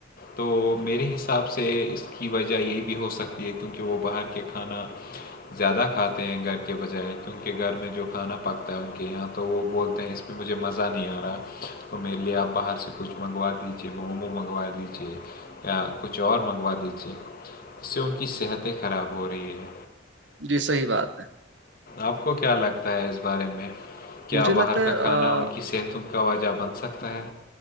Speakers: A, on the left; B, on the right.
A: تو میرے حساب سے اس کی وجہ یہ بھی ہو سکتی ہے کیونکہ وہ باہر کے کھانا زیادہ کھاتے ہیں گھر کے بچائےے کیونہ گھر میں جو کھانا پکتا ہے ان کے یہاں تو وہ بولتے ہیں اس میں مجھے مزہ نہیں آ رہا تو میرے لیے آپ باہر سے کچھ منگوا دیجیے مومو منگوا دیجیے یا کچھ اور منگوا دیجیے جس سے ان کی صحتیں خراب ہو رہی ہیں
B: جی صحیح بات ہے
A: آپ کو کیا لگتا ہے اس بارے میں کیا
B: مجھے لگتا
A: باہر کا
B: ہے
A: کھانا
B: آ،
A: ان کی صحتوں کا واجہ بن سکتا ہے